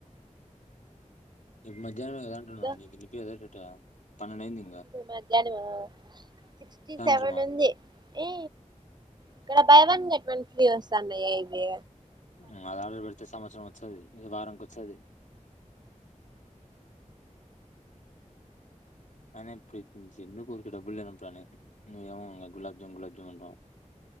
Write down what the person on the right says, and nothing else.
ఇగో
ఇప్పుడు మధ్యాహ్నం ఆ సిక్స్టీ
సెవెన్ ఉంది ఏ ఇక్కడ buy one get one free వస్తున్నయెంది